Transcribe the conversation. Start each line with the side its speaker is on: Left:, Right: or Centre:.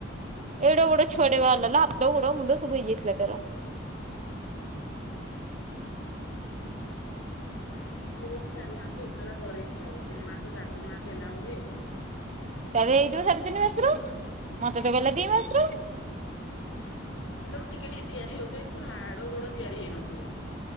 Right: ଏଡେ ବଡ ଛୁଆ ଟେ ବାହାରିଲା ଲୋ ହାତ ଗୋଡ଼ ମୁଣ୍ଡ ସବୁ ହେଇ ଯାଇ ଥିଲା ତାର।
Left: ଛୁଆର ହାତ ଗୋଡ ଚାରି ମାସ ହେଇସାରିଲା ପରେ ହିଁ ହବ ତିନି ମାସ ସାଢେ ତିନି ମାସ ହେଲା ବେଳକୁ ହେବ।
Right: ତାହେଲେ ହେଇଥିବ ସାଢେ ତିନି ମାସର ମତେ ତ କହିଲା ଦି ମାସର।
Left: ସେତେବେଳେ ଟିକେ ଟିକେ ତିଆରି ହଉଥିବେ କିନ୍ତୁ ହାଡ ଗୋଡ ତିଆରି ହେଇନଥିବ।